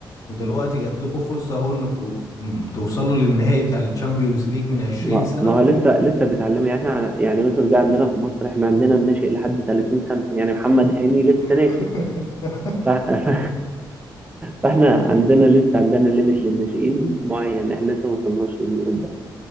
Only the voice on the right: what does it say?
ما
ما هو لسه لسه بيتعلموا يعني إحنا- يعني مثلا زي عندنا في مصر احنا عندنا الناشئ لحد 30 سنه يعني محمد هاني لسه ناشئ
ف... ف... <laughs> فاحنا عندنا لسه عندنا ليميت للناشئين معين احنا لسه ما وصلناش للليميت ده